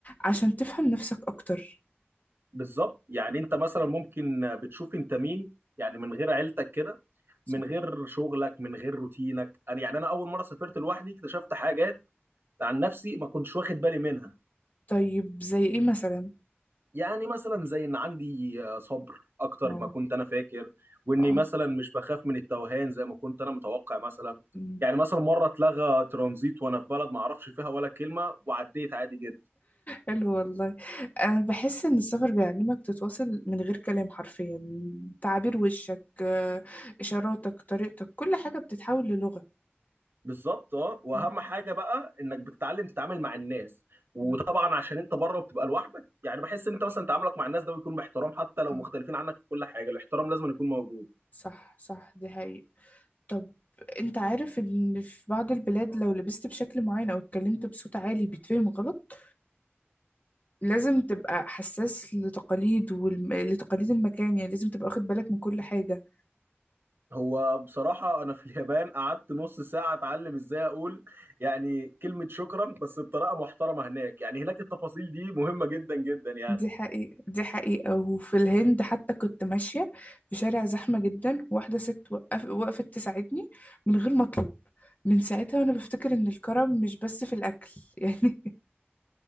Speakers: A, on the left (about 40°); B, on the right (about 60°).
A: عشان تفهم نفسك اكتر
B: بالظبط يعني انت مثلا ممكن بتشوف انت مين يعني من غير عيلتك كده
A: صح
B: من غير شغلك من غير روتينك انا يعني انا اول مره سافرت لوحدي اكتشفت حاجات عن نفسي ما كنتش واخد بالي منها
A: طيب زي ايه مثلا
B: يعني مثلا زي ان عندي صبر اكتر
A: واو
B: ما كنت انا فاكر واني
A: اه
B: مثلا مش بخاف من التوهان زي ما كنت انا متوقع مثلا
A: أمم.
B: يعني مثلا مره اتلغى ترانزيت وانا في بلد ما اعرفش فيها ولا كلمه وعديت عادي جدا
A: حلو والله انا بحس ان السفر بيعلمك تتواصل من غير كلام حرفيا تعابير وشك آه، اشاراتك طريقتك كل حاجة بتتحول للغة
B: بالظبط اه واهم
A: آه،
B: حاجه بقى انك بتتعلم تتعامل مع الناس وطبعا
A: آه،
B: عشان انت بره وبتبقى لوحدك يعني بحس ان انت مثلا تعاملك مع الناس ده بيكون باحترام حتى لو
A: آه.
B: مختلفين عنك في كل حاجه الاحترام لازم يكون موجود
A: صح صح دي حقيقة طب انت عارف ان في بعض البلاد لو لبست بشكل معين او اتكلمت بصوت عالي بيتفهم غلط لازم تبقى حساس لتقاليد ولتقاليد المكان يعني لازم تبقى واخد بالك من كل حاجة
B: هو بصراحه انا في اليابان قعدت نص ساعه اتعلم ازاي اقول يعني كلمه شكرا بس بطريقه محترمه هناك يعني هناك التفاصيل دي مهمه جدا جدا يعني
A: دي حقيقة دي حقيقة وفي الهند حتى كنت ماشية في شارع زحمة جدا واحدة ست وقف وقفت تساعدني من غير ما أطلب من ساعتها وأنا بفتكر إن الكرم مش بس في الأكل <laughs> يعني